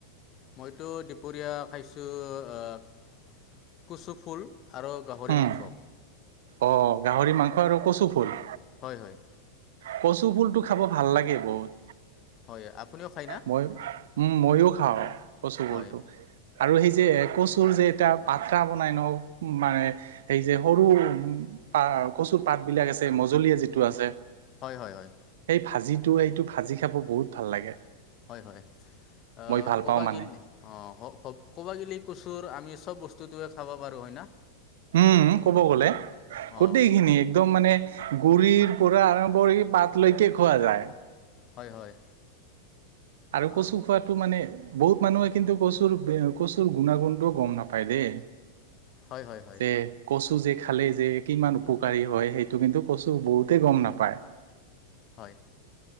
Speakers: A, on the left; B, on the right.
A: মইতো দুপৰীয়া খাইছো আ কচু ফুল আৰু গাহৰি
B: উম,
A: মাংস।
B: অ, গাহৰি মাংস আৰু কচু ফুল?
A: হয়-হয়।
B: কচু ফুলটো খাব ভাল লাগে বহুত।
A: হয় আপুনিও খায় না?
B: মই উম, মইয়ো খাওঁ কচু ফুলটো।
A: হয়
B: আৰু সেই যে কচুৰ যে এটা পাত্ৰা বনাই ন? মানে সেই যে সৰু উ- পা, কচু পাত বিলাক আছে, মজলীয়া যিটো আছে।
A: হয় হয় হয়।
B: সেই ভাজিটো এইটো, ভাজি খাব বহুত ভাল লাগে।
A: হয় হয়। অহ
B: মই ভাল
A: ক'বা
B: পাওঁ মানে।
A: গেলি, নে, অ ক, ক'বা গেলি- কচুৰ আমি চব বস্তুটোৱে খাব পাৰোঁ হয় না?
B: উম্। ক'ব গ'লে
A: অঁ
B: গোটেইখিনি একদম মানে- গুৰিৰ পৰা আৰম্ভ কৰি পাত লৈকে খোৱা যায়।
A: হয় হয়।
B: আৰু কচু
A: অঁ
B: খোৱাটো মানে- বহুত মানুহে কিন্তু কচুৰ, কচুৰ গুণাগুণটোও গম নাপায় দেই।
A: হয় হয় হয়
B: যে কচু- কচু যে খালে যে কিমান উপকাৰী হয়, সেইটো কিন্তু কচু বহুতে গম নাপায়।
A: হয়।